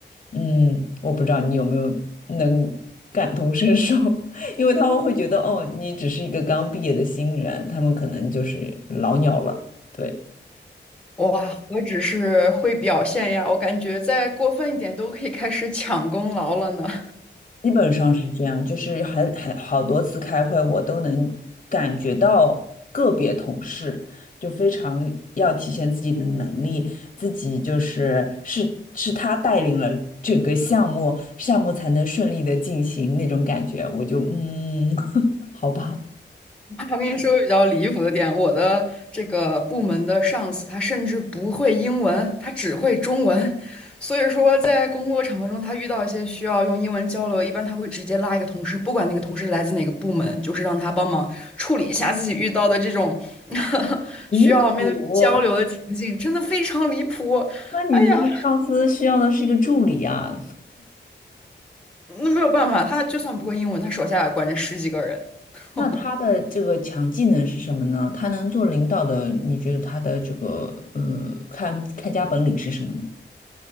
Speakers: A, on the left (about 35°); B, in the centre.
A: 嗯，我不知道你有没有能感同身受，<laughs> 因为他们会觉得哦，你只是一个刚毕业的新人，他们可能就是老鸟了。对。
B: 哇，何止是会表现呀，我感觉再过分一点都可以开始抢功劳了呢。
A: 基本上是这样，就是很很好多次开会，我都能感觉到个别同事就非常要体现自己的能力，自己就是是是他带领了整个项目，项目才能顺利的进行那种感觉，我就嗯，<laughs> 好吧，
B: 我跟你说个比较离谱的点，我的这个部门的上司他甚至不会英文，他只会中文，所以说在工作场合中，他遇到一些需要用英文交流，一般他会直接拉一个同事，不管那个同事来自哪个部门，就是让他帮忙处理一下自己遇到的这种 <laughs>
A: 你苦，
B: 需要面对交流的情境，真的非常离谱。
A: 那你的这个上司需要的是一个助理啊，
B: 哎呀，那没有办法，他就算不会英文，他手下也管着十几个人。<laughs>
A: 那他的这个强技能是什么呢？他能做领导的，你觉得他的这个呃看看家本领是什么呢？